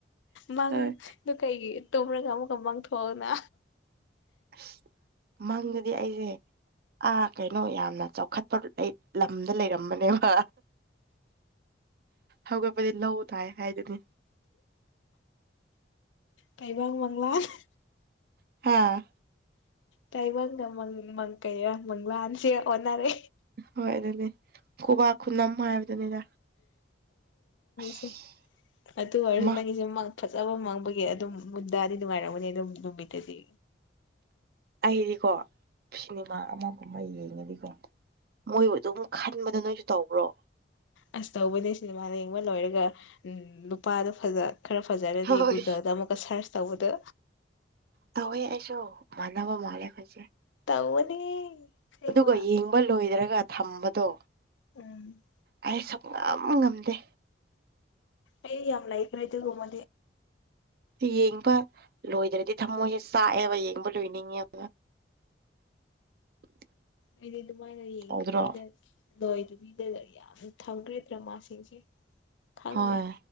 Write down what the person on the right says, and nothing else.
ꯍꯣꯏ
ꯑꯁ ꯃꯪꯒꯗꯤ ꯑꯩꯁꯦ ꯑꯥ ꯀꯩꯅꯣ ꯌꯥꯝꯅ ꯆꯥꯎꯈꯠꯄ ꯂꯝꯗ ꯂꯩꯔꯝꯕꯅꯦꯕ ꯍꯧꯒꯠꯄꯗꯤ ꯂꯧ ꯇꯥꯏ ꯍꯥꯏꯗꯨꯅꯤ
ꯍꯥꯥ
ꯍꯣꯏ ꯑꯗꯨꯗꯤ ꯈꯨꯕꯥꯥꯛ ꯈꯨꯅꯝ ꯍꯥꯏꯕꯗꯨꯅꯤꯗ ꯑꯁ
ꯃꯥ
ꯑꯩꯗꯤꯀꯣ ꯁꯤꯅꯦꯃꯥ ꯑꯃꯒꯨꯝꯕ ꯌꯦꯡꯉꯗꯤꯀꯣ ꯃꯣꯏ ꯑꯗꯨꯝ ꯈꯟꯕꯗꯣ ꯅꯣꯏꯁꯨ ꯇꯧꯕ꯭ꯔꯣ
ꯍꯣꯏ
ꯇꯧꯋꯦ ꯑꯩꯁꯨ ꯃꯥꯟꯅꯕ ꯃꯥꯜꯂꯦ ꯐꯁꯦ
ꯑꯗꯨꯒ ꯌꯦꯡꯕ ꯂꯣꯏꯗ꯭ꯔꯒ ꯊꯝꯕꯗꯣ
ꯑꯩ ꯁꯨ ꯉꯝ ꯉꯝꯗꯦ
ꯌꯦꯡꯕ ꯂꯣꯏꯗ꯭ꯔꯗꯤ ꯊꯃꯣꯏꯁꯦ ꯆꯥꯛꯑꯦꯕ ꯌꯦꯡꯕ ꯂꯣꯏꯅꯤꯡꯉꯦꯕ <inaudible>
ꯇꯧꯗ꯭ꯔꯣ
ꯍꯣꯏ